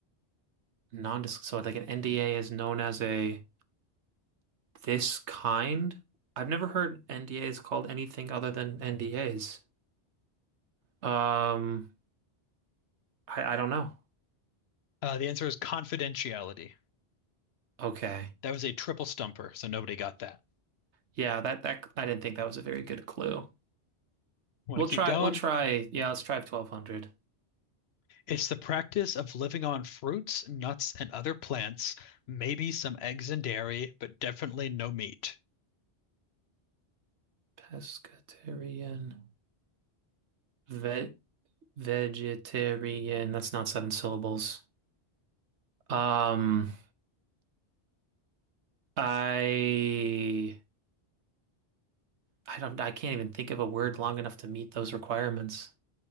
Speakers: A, on the right; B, on the left.
A: non so like an NDA is known as a this kind. I've never heard NDAs called anything other than NDAs. Um, I, I don't know.
B: Uh, the answer is confidentiality.
A: Okay.
B: That was a triple stumper, so nobody got that.
A: Yeah, that that I didn't think that was a very good clue.
B: Want
A: We'll
B: to keep
A: try
B: going?
A: we'll try yeah, let's try 1200.
B: It's the practice of living on fruits, nuts, and other plants, maybe some eggs and dairy, but definitely no meat.
A: Pescatarian ve vegetarian. That's not seven syllables. Um, I I don't I can't even think of a word long enough to meet those requirements.